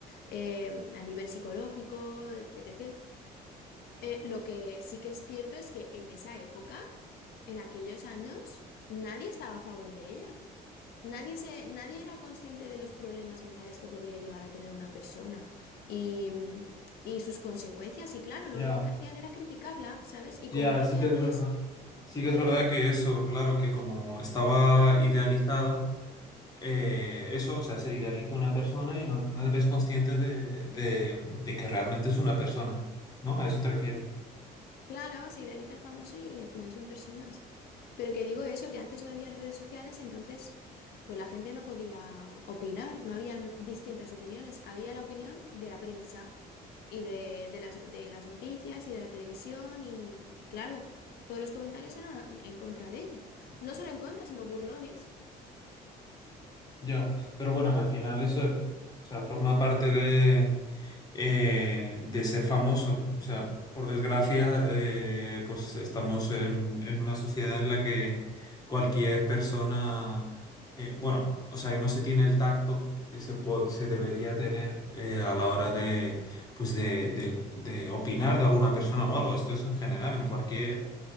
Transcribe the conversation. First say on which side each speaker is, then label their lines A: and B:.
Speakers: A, on the left; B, on the left.
A: eh, a nivel psicológico, etc. Eh, lo que sí que es cierto es que en esa época, en aquellos años, nadie estaba a favor de ella. Nadie se, nadie era consciente de los problemas mentales que podría llegar a tener una persona y, mm, y sus consecuencias. Y claro, lo
B: Ya,
A: único que hacían era criticarla, ¿sabes? Y
B: ya,
A: como no había
B: sí que es
A: redes,
B: verdad. Sí que es
A: perdona,
B: verdad que eso, claro, que como estaba idealizada. eh, eso, o sea, se idealiza una persona y no, no eres consciente de, de, de que realmente es una persona, ¿no? ¿A eso te refieres?
A: claro, se idealiza el famoso y, al final son personas. Pero que digo eso, que antes no habían redes sociales, entonces pues la gente no podía opinar, no habían distintas opiniones, había la opinión de la prensa y de, de las, de las noticias y de la televisión y, y claro, todos los comentarios eran en contra de ella. No solo en contra, sino burlones.
B: Ya, pero bueno, que al final eso, o sea, forma parte de, eh, de ser famoso. O sea, por desgracia, eh, pues estamos en, en una sociedad en la que cualquier persona, eh, bueno, o sea, que no se tiene el tacto que se, po- se debería tener eh, a la hora de, pues de, de, de opinar de alguna persona o algo. Esto es en general, en cualquier